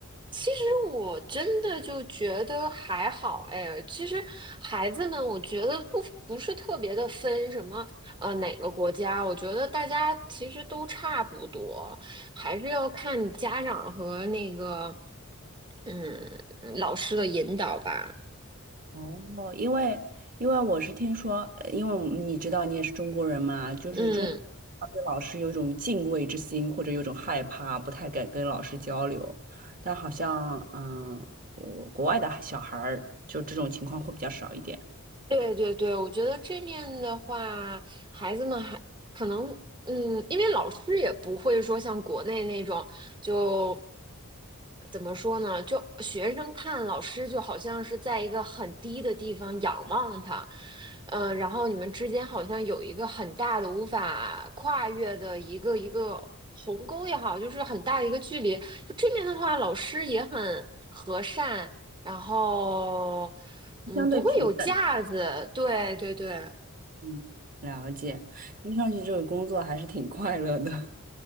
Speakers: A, on the right; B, on the right.
A: 其实我真的就觉得还好，哎，其实孩子们，我觉得不不是特别的分什么，呃，哪个国家，我觉得大家其实都差不多，还是要看家长和那个。嗯，老师的引导吧。
B: 哦，因为因为我是听说，呃因为我们你知道你也是中国人嘛，就是中
A: 嗯，
B: 国对老师有一种敬畏之心，或者有一种害怕，不太敢跟老师交流。但好像，嗯，我国外的小孩儿就这种情况会比较少一点，
A: 对对对，我觉得这面的话，孩子们还可能，嗯，因为老师也不会说像国内那种，就怎么说呢？就学生看老师就好像是在一个很低的地方仰望他，嗯，然后你们之间好像有一个很大的无法跨越的一个一个鸿沟也好，就是很大的一个距离。就这面的话，老师也很和善。然后，嗯，
B: 相对平等。
A: 不会有架子，对对对，
B: 嗯，了解，听上去这个工作还是挺快乐的。